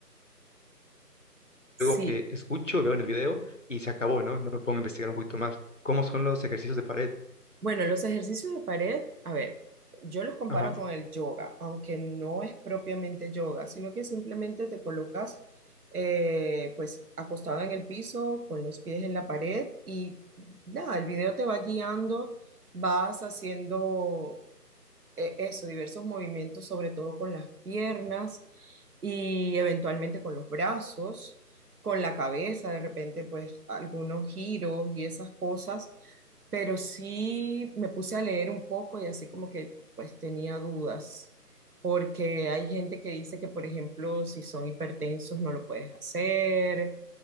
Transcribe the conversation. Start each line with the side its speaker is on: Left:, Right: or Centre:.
Right: Sí,
Left: que escucho, veo en el video y se acabó, ¿no? No me pongo a investigar un poquito más. ¿Cómo son los ejercicios de pared?
Right: Bueno, los ejercicios de pared, a ver, yo los comparo
Left: Ajá.
Right: con el yoga, aunque no es propiamente yoga, sino que simplemente te colocas eh, pues acostado en el piso, con los pies en la pared y nada, el video te va guiando, vas haciendo eh, eso, diversos movimientos, sobre todo con las piernas y eventualmente con los brazos, con la cabeza, de repente pues algunos giros y esas cosas, pero sí me puse a leer un poco y así como que pues tenía dudas, porque hay gente que dice que por ejemplo si son hipertensos no lo puedes hacer,